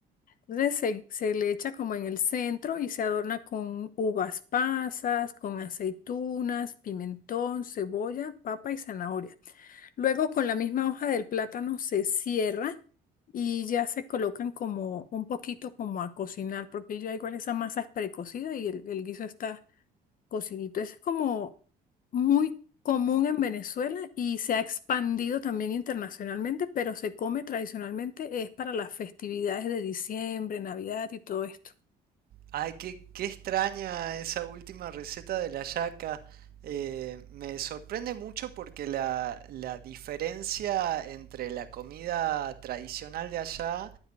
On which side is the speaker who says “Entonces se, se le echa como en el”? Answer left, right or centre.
Left